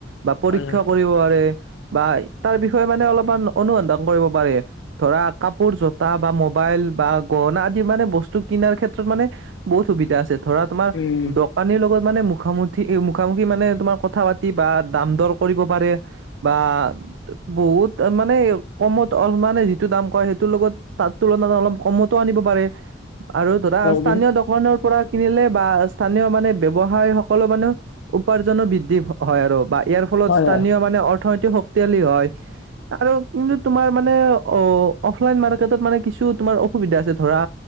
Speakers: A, on the right; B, on the left.
A: বা পৰীক্ষা
B: হয় হয়।
A: কৰিব পাৰে বা তাৰ বিষয়ে মানে অলপমান অনুসন্ধান কৰিব পাৰে। ধৰা কাপোৰ জোতা বা মোবাইল বা গহনা আদি মানে বস্তু কিনাৰ ক্ষেত্ৰত মানে। বহুত সুবিধা আছে ধৰা তোমাৰ
B: উম,
A: দোকানীৰ লগত মানে মুখামুখি মুখামুখি মানে তোমাৰ কথা পাতি বা দাম দৰ কৰিব পাৰে। বা বহুত মানে কমত <unintelligible> মানে যিটো দাম কয় সেইটোৰ লগত তাৰ তুলনাত অলপ কমতো আনিব পাৰে, আৰু ধৰা
B: হয়
A: স্থানীয় দোকানৰ পৰা কিনিলে বা স্থানীয় মানে ব্য্ৱসায় সকলো মানে উপাৰ্জনো বৃদ্ধি হয় আৰু বা ইয়াৰ ফলত
B: হয়
A: স্থানীয় মানে অৰ্থনৈতিক শক্তিশালী হয়। আৰু কিন্তু তোমাৰ মানে অ', অফলাইন মাৰ্কেটত মানে কিছু তোমাৰ অসুবিধা আছে ধৰা।